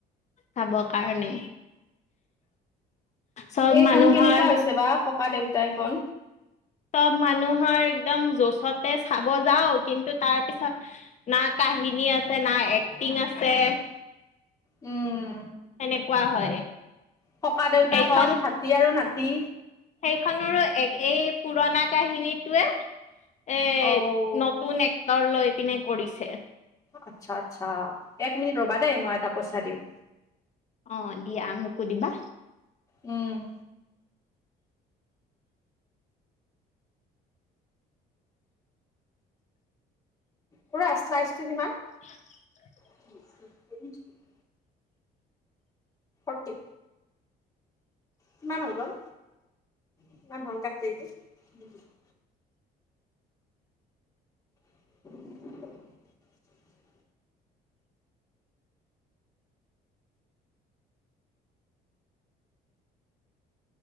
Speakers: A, on the left; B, on the left.
A: চাব কাৰণে। চব
B: এইখন
A: মানুহৰ
B: কেনেকুৱা হৈছে বা ককা দেউতা এখন।
A: চব মানুহৰ একদম জচতে চাব যাওঁ, কিন্তু তাৰ পিছত না কাহিনী আছে না এক্টিং আছে।
B: উম।
A: সনেকুৱা হয়।
B: ককাদেউতা
A: এইখন
B: খন, হাতী আৰু নাতি।
A: সেইখনৰো এক এই পুৰণা কাহিনীটোৱে এ
B: অ
A: নতুন এক্টৰ লৈ পিনে কৰিছে।
B: আচ্ছা আচ্ছা, এক মিনিট ৰবা দেই মই এটা পইচা দিওঁ।
A: অ', দিয়া মোকো দিবা।
B: উম। খুৰা শ্লাইচটো কিমান?
A: <unintelligible>
B: <inaudible> ফৰ্তি কিমান হৈ গ'ল? কিমান হল <unintelligible> <inaudible>